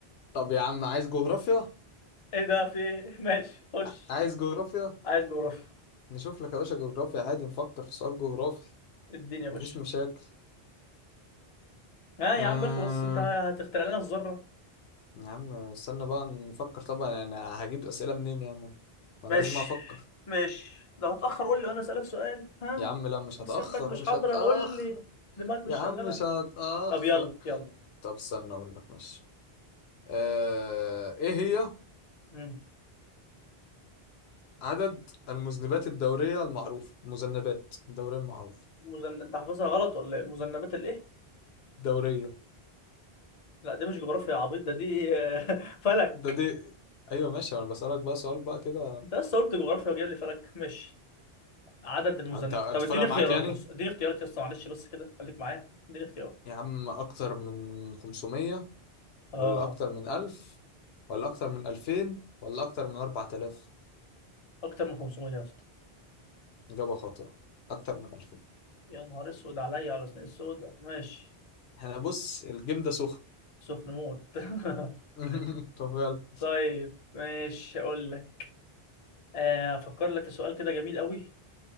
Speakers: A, on the left (about 75°); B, on the left (about 40°).
A: طب يا عم عايز جغرافيا
B: ايه ده في إيه؟ ماشي خش
A: ع- عايز جغرافيا
B: عايز جغرافيا
A: نشوف لك يا باشا جغرافيا عادي نفكر في سؤال جغرافي
B: اديني يا باشا
A: مفيش مشاكل
B: ها يا
A: أمم،
B: عم اخلص انت هتخترع لنا الذرة
A: يا عم استنى بقى نفكر طبعا يعني هجيب أسئلة منين يعني ما
B: ماشي
A: انا لازم افكر
B: ماشي لو هتأخر قول لي وانا اسألك سؤال ها
A: يا عم لا مش
B: اسئلتك
A: هتأخر
B: مش
A: مش
B: حاضرة
A: هتأخر
B: قول لي دماغك مش
A: يا
B: شغالة
A: عم مش هتأخر
B: طب يلا يلا
A: طب استنى اقول لك ماشي آه... ايه هي
B: مم.
A: عدد المذنبات الدورية المعروفة المذنبات الدورية المعروفة
B: مزن... انت حافظها غلط ولا ايه المذنبات الايه
A: دورية
B: لا دي مش جغرافيا يا عبيط ده دي <laughs> فلك
A: ده دي ايوه ماشي انا بسألك بقى سؤال بقى كده
B: انت لسه قلت جغرافيا وجايب لي فلك ماشي عدد المذنبات
A: انت هتفرق
B: طب اديني
A: معاك
B: اختيارات
A: يعني
B: يا اسطى اديني اختيارات يا اسطى معلش بس كده خليك معايا اديني اختيارات
A: يا عم أكتر من 500
B: اه
A: ولا أكتر من 1000 ولا أكتر من 2000 ولا أكتر من 4000
B: اكتر من 500 يا اسطى
A: إجابة خاطئة أكتر من 2000
B: يا نهار اسود عليا على سنين السوداء ماشي
A: احنا بص الجيم ده سخن
B: سخن موت
A: <laughs>
B: <laughs>
A: طب يلا
B: طيب ماشي اقول لك آه، افكر لك في سؤال كده جميل قوي